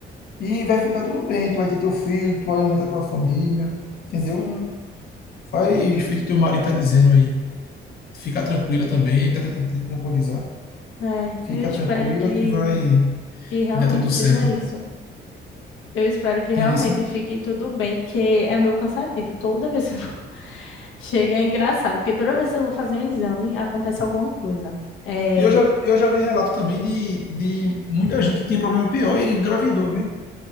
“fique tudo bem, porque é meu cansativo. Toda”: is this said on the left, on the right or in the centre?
Left